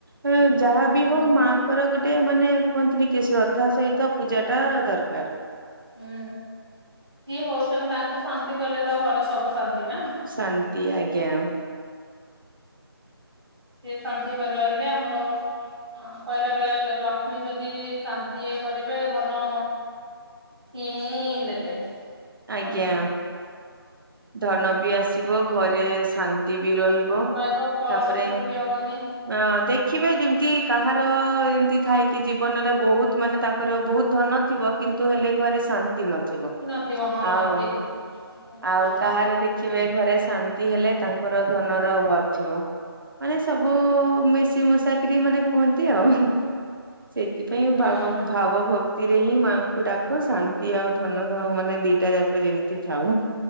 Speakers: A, on the right; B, on the right.
A: ହେ ଯା
B: ହୁଁ
A: ବି
B: ହୁଁ
A: ହଉ
B: ହୁଁ।
A: ମାଆଙ୍କର ଗୋଟେ ମାନେ କୁହନ୍ତିନି କି ଶ୍ରଦ୍ଧା ସହିତ ପୂଜା ଟା ଦରକାର।
B: ହୁଁ କିଏ ହଉଛନ୍ତି ତାଙ୍କୁ ଶାନ୍ତି କଲେ ତ ଘର ସବୁ ଶାନ୍ତି ନା।
A: ଶାନ୍ତି ଆଜ୍ଞା।
B: ସିଏ ଶାନ୍ତି ପାଇ ରହିଲେ ଆମର ହଁ କହିଲା ବେଳେ ଲକ୍ଷ୍ମୀ ଯଦି ଶାନ୍ତି ଇଏ କରିବେ ଧନ ଇଁଇ ଦେବେ
A: ଆଜ୍ଞା
B: ମାନେ
A: ଧନ ବି ଆସିବ ଘରେ ଶା ବି ରହିବ
B: ରହିବ କଳହ
A: ତାପରେ
B: ସୃଷ୍ଟି ହବନି
A: ହ ଦେଖିବେ ଯେମିତି କାହାର ଯେମିତି ଥାଇ କି ଜୀବନରେ ବହୁତ ମାନେ ତାଙ୍କର ବହୁତ ଧନ ଥିବ କିନ୍ତୁ ହେଲେ ଘରେ ଶାନ୍ତି ନଥିବ।
B: ନଥିବ ହଁ
A: ଆଉ
B: ଠିକ ଠିକ୍।
A: ଆଉ କାହାର ଦେଖିବେ ଘରେ ଶାନ୍ତି ହେଲେ ତାଙ୍କର ଧନର ଅଭାବ ଥିବ। ମାନେ ସବୁ ମିଶି ମୁଶାକରି ମାନେ କୁହନ୍ତି ଆଉ। ସେଇଥିପାଇଁ
B: ହୁଁ
A: ଭା ଭାବ ଭକ୍ତି ରେ ହିଁ ମାଆଙ୍କୁ ଡାକ ଶାନ୍ତି ଆଉ ଧନ ମାନେ ଦି ଟା ଯାକ ଯେମିତି ଥାଉ